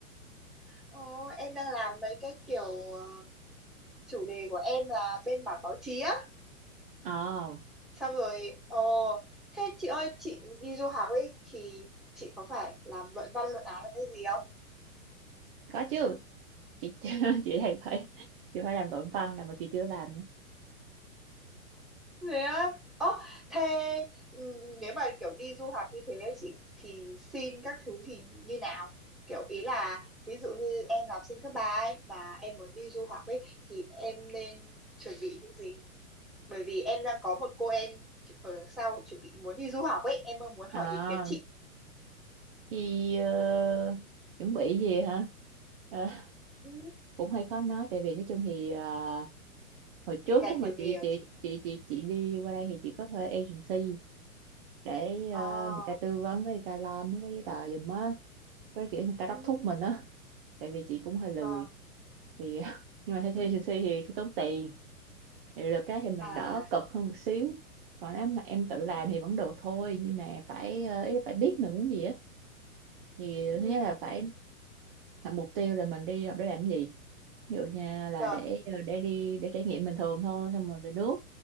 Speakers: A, in the centre; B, on the right (about 40°).
A: ờ, em đang làm mấy cái kiểu ờ, chủ đề của em là bên mảng báo chí á,
B: Ờ,
A: xong rồi, ờ, thế chị ơi chị đi du học ấy thì chị có phải làm luận văn luận án hay gì
B: có chứ. Chị <laughs> chị đang phải chị phải làm luận văn là mà chị chưa làm.
A: thế á ơ thế ừm, nếu mà kiểu đi du học như thế ấy, chị thì xin các thứ thì như nào kiểu ý là ví dụ như em là học sinh cấp ba ấy mà em muốn đi du học ấy thì em nên chuẩn bị những gì bởi vì em đang có một cô em ở đằng sau chuẩn bị muốn đi du học ấy em mong muốn hỏi
B: Ờ,
A: ý kiến chị
B: chị ờ, chuẩn bị gì hả? Ờ,
A: Ừ.
B: cũng hơi khó nói tại vì nói chung thì ờ, hồi
A: vì
B: trước
A: ngành
B: lúc mà
A: tiểu nghề
B: chị
A: à
B: chị
A: chị
B: chị chị chị đi qua đây thì chị có thuê agency để ờ,
A: à
B: người ta tư vấn với người ta lo mấy cái giấy tờ giùm á, với kiểu người ta đốc
A: Ừ.
B: thúc mình á, tại vì chị cũng hơi lười
A: vâng
B: thì <laughs> nhưng mà theo
A: Ừ.
B: agency thì cái tốn tiền thì được cái thì mình
A: à
B: đỡ cực hơn một xíu còn nếu mà em tự làm
A: Ừ.
B: thì vẫn được thôi nhưng mà phải ờ, ý là phải biết mình muốn gì á thì
A: ừ,
B: thứ nhất là phải là mục tiêu là mình đi học để làm cái gì ví dụ như là
A: vâng
B: để ờ, để đi để trải nghiệm bình thường thôi xong rồi về nước